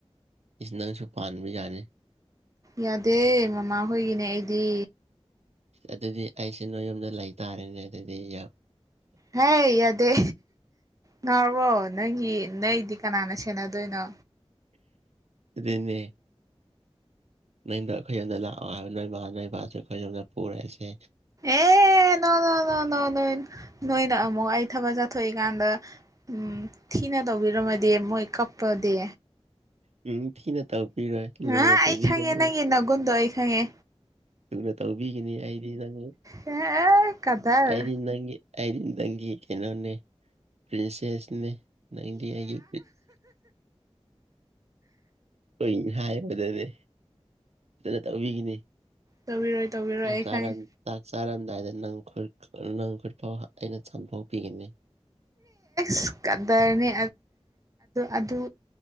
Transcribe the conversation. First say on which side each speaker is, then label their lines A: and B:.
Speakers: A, on the right; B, on the right.
A: ꯏꯁ ꯅꯪ ꯁꯨꯄꯥꯟ ꯃꯤ ꯌꯥꯦ
B: ꯌꯥꯗꯦ ꯃꯃꯥꯍꯣꯏꯒꯤꯅꯦ ꯑꯩꯗꯤ
A: ꯑꯗꯨꯗꯤ ꯑꯩꯁꯦ ꯅꯣꯏ ꯌꯨꯝꯗ ꯂꯩꯇꯥꯥꯔꯦꯅꯦ ꯑꯗꯨꯗꯤ ꯌꯥ
B: ꯍꯦ ꯑꯗꯦ ꯅꯔꯕꯣ ꯅꯪꯒꯤ ꯅꯪꯗꯤ ꯀꯅꯥꯅ ꯁꯦꯟꯅꯗꯣꯏꯅꯣ
A: ꯑꯗꯨꯗꯟꯅꯅꯦ ꯅꯪꯗ ꯑꯩꯈꯣꯏ ꯌꯣꯝꯗ ꯂꯥꯛꯑꯣ ꯍꯥꯏꯕ ꯅꯣꯏꯕ ꯅꯣꯏꯕꯁꯨꯦ ꯑꯩꯈꯣꯏ ꯌꯣꯝꯗ ꯄꯨꯔꯛꯏꯁꯦ
B: ꯑꯦ ꯅ ꯅ ꯅ ꯅꯣꯏ ꯅꯣꯏꯅ ꯑꯃꯛ ꯑꯩ ꯊꯕꯛ ꯆꯠꯊꯣꯛꯏꯀꯥꯟꯗ ꯎ ꯊꯤꯅ ꯇꯧꯕꯤꯔꯝꯃꯗꯤ ꯃꯣꯏ ꯀꯄꯗꯦ
A: ꯎꯝ ꯊꯤꯅ ꯇꯧꯕꯤꯔꯣꯏ ꯂꯨꯅ
B: ꯑ ꯑꯩ
A: ꯇꯧꯕꯤꯒꯅꯤ
B: ꯈꯪꯉꯦ ꯅꯪꯦ ꯅꯒꯨꯗ ꯑꯩꯈꯪꯉꯦ
A: ꯊꯨꯅ ꯇꯧꯕꯤꯈꯤꯅꯤ ꯑꯩꯗꯤ ꯅꯪꯗꯤ
B: ꯍꯦ ꯀꯗꯔ
A: ꯑꯩꯗꯤ ꯅꯪꯒꯤ ꯑꯗꯤ ꯅꯪꯒꯤ ꯀꯩꯅꯣꯅꯦ ꯄ꯭ꯔꯤꯟꯁꯦꯁꯅꯦ ꯅꯏꯟꯗꯤ ꯍꯥꯏꯒꯤꯦ ꯏ ꯍꯥꯏꯕꯗꯅꯦ ꯐꯖꯅ ꯇꯧꯕꯤꯈꯤꯅꯤ
B: ꯇꯧꯕꯤꯔꯣꯏ ꯇꯧꯕꯤꯔꯣꯏ ꯑꯩ
A: ꯑ ꯁꯔ
B: ꯈꯪꯉꯦ
A: ꯆꯥꯔꯝꯗꯥꯏꯗ ꯅꯪ ꯈꯨ ꯅꯪ ꯈꯨꯔꯤꯐꯥꯎ ꯑꯩꯅ ꯆꯥꯝꯐꯥꯎ ꯄꯤꯒꯅꯤ
B: ꯁ ꯀꯗꯔꯅꯤ ꯑꯗꯨ